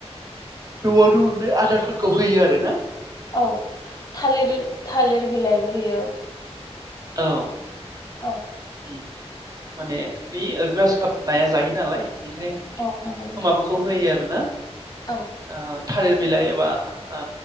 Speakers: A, on the right (about 35°); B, on the left (about 35°).
A: ज'आवनो मोननाय आदारफोरखौ होयो आरो ना
B: औ थालिर थालिर बिलाइबो होयो
A: औ
B: औ
A: उम माने बै ग्रास काब नाया जायो नालाय ओंखाय
B: औ नंगौ नोंथां
A: माबाखौ होयो आ रोना
B: औ
A: ओ थालिर बिलाइ एबा ओ